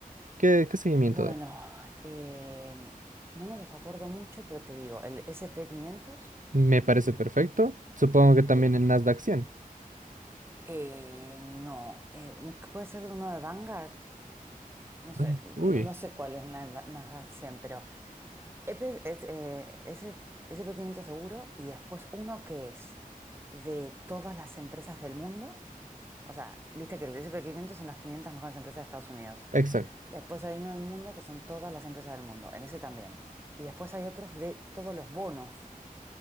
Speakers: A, on the right; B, on the right.
A: ¿Qué, qué seguimiento
B: Bueno,
A: dan?
B: eh, no me los acuerdo mucho, pero te digo, el sp quinientos,
A: Me parece perfecto. Supongo que también
B: eh,
A: el Nasdaq Cien.
B: eh, no, eh, un- puede ser uno de Vanguard, no
A: Bueno,
B: sé, no
A: uy.
B: no sé cuál es la la- Nasdaq 100, pero EP es, eh, ese- sp quinientos seguro y después uno que es de todas las empresas del mundo, o sea, viste que el sp 500 son las quinientas mejores empresas de Estados Unidos,
A: Exacto.
B: después hay uno del mundo que son todas las empresas del mundo, en ese también, y después hay otros de todos los bonos.